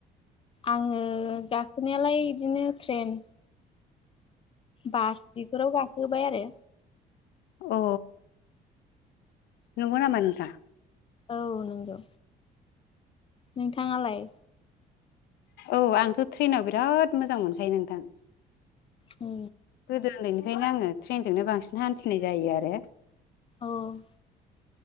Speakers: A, on the left (about 30°); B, on the left (about 75°).
A: आङो गाखोनायालाय बिदिनो ट्रेन बास बेफोराव गाखोबाय आरो
B: अ नंगौ नामा नोंथां
A: औ नंगौ नोंथाङालाय
B: औ आंथ' ट्रेनाव बिराद मोजां मोनखायो नोंथां
A: औ
B: गोदो उन्दैनिफ्रायनो आङो ट्रेनजोंनो बांसिन हान्थिनाय जायो आरो
A: औ